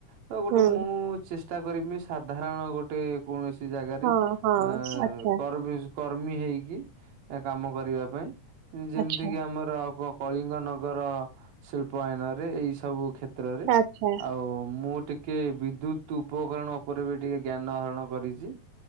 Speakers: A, on the right (about 65°); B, on the right (about 85°).
A: ତ ଗୋଟେ
B: ହୁଁ
A: ମୁଁ ଚେଷ୍ ଷ୍ଟା କରିମି ସାଧାରଣ ଗୋଟେ କୌଣସି ଜାଗାରେ
B: ହଁ ହଁ
A: ଆଁ
B: ଆଚ୍ଛା
A: କର୍ଭିସ। କର୍ମୀ ହେଇକି କାମ କରିବା ପାଇଁ ଯେମିତିକି
B: ଆଚ୍ଛା
A: ଆମର ହବ କଳିଙ୍ଗନଗର ଶିଳ୍ପାଆଇନରେ ଏଇ ସବୁ କ୍ଷେ ତ୍ରରେ,
B: ଆଚ୍ଛା
A: ଆଉ ମୁଁ ଟିକେ ବିଦ୍ୟୁତ୍ ଉପକରଣ ଉପରେ ବି ଟିକେ ଜ୍ଞାନ ହରଣ କରିଚି।